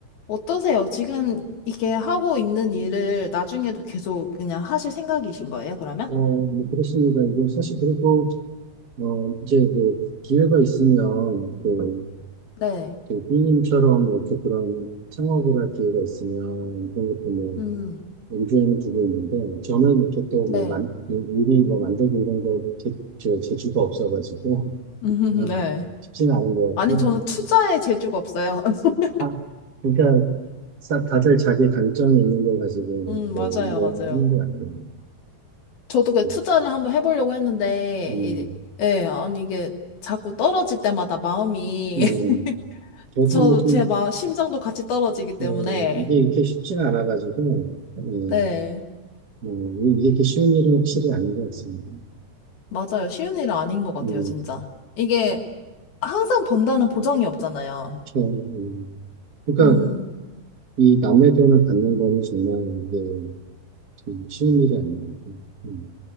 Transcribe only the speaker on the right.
어, 뭐 그렇습니다. 이게 사실 그리고 어, 이제 뭐 기회가 있으면 뭐,
그 B님처럼 뭐 이렇게 그런 창업을 할 기회가 있으면 그런 것도 뭐
염두에는 두고 있는데 저는 이렇게 또뭐
만, 요리 뭐 만들고 이런 거 재, 저 재주가 없어가지고
<laughs> 아,
쉽지는 않은 것
같고
<laughs> 그러니까 사- 다들 자기 강점이 있는 걸 가지고 뭐
이렇게
일을
하는 것 같아요.
음,
음,
음.
저도
뭐 이렇게
어, 이게 이렇게 쉽지는 않아가지고 예.
뭐, 이게 이렇게 쉬운 일은 확실히 아닌 것 같습니다.
뭐,
그렇죠. 음. 그러니까
이 남의 돈을 받는 거는 정말 이게 좀 쉬운 일이 아닌 것 같아요. 음.